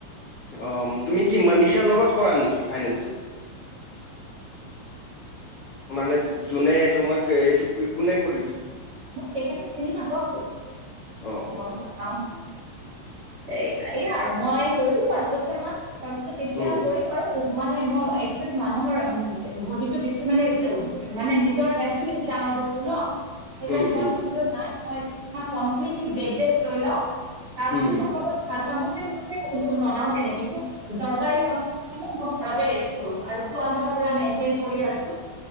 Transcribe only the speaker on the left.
অ' তুমি কি মনিচাৰ লগত কৰা নেকি? ফাইনেনছত।
মানে যোনে তোমাক এইটো কোনে কৰি
অ অ অ
উম
উম
উম
উম